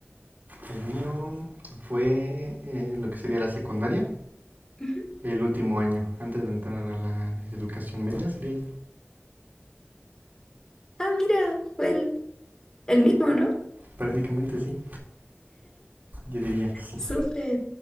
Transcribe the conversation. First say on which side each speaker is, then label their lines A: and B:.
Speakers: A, on the right; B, on the left.
A: El mío fue eh, lo que sería la secundaria,
B: Ujú.
A: el último año, antes de entrar a la educación media, sería
B: Ah, mira, fue el, el mismo, ¿no?
A: prácticamente sí, yo diría que sí.
B: Súper.